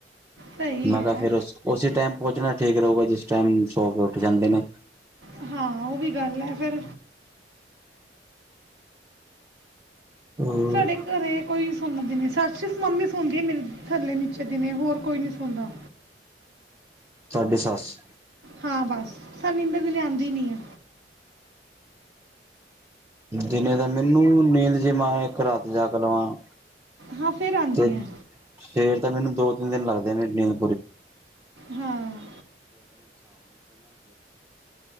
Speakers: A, on the right; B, on the right.
A: ਸਹੀ
B: ।ਮੈਂ
A: ਹੈ
B: ਕਿਹਾ ਫੇਰ ਉਸ, ਉਸੇ ਟਾਈਮ ਪਹੁੰਚਣਾ ਠੀਕ ਰਹੂਗਾ, ਜਿਸ ਟਾਈਮ ਸੌ ਕੇ ਉੱਠ ਜਾਂਦੇ ਨੇ।
A: ਨੇ ਹਾਂ ਉਹ ਵੀ ਗੱਲ ਹੈ ਫਿਰ-
B: ਹੂੰ
A: ਸਾਡੇ ਘਰੇ ਕੋਈ ਸੁਣਦੇ ਨੀ। ਸ ਸਿਰਫ਼ ਮੰਮੀ ਸੌਦੀ ਹੈ। ਮੇਰੀ ਥੱਲੇ ਨੀਚੇ ਦਿਨੇ ਹੋਰ ਕੋਈ ਨੀ ਸੁਣਦਾ।
B: ਤੁਹਾਡੀ ਸੱਸ
A: ਹਾਂ ਬਸ। ਸਾਨੂੰ ਏਨੇ ਦਿਨ ਆਂਦੀ ਨੀ ਆ
B: ਦਿਨੇ ਤਾਂ ਮੈਨੂੰ ਨੀਂਦ ਜੇ ਮੈਂ ਇੱਕ ਰਾਤ ਜਾਗ ਲਵਾਂ
A: ਹਾਂ ਫਿਰ ਆਂਦੀ
B: ਤੇ
A: ਹੈ
B: ਫੇਰ ਤਾਂ ਮੈਨੂੰ ਦੋ ਤਿੰਨ ਦਿਨ ਲੱਗਦੇ ਮੇਰੀ ਨੀਂਦ
A: ਹਾਂ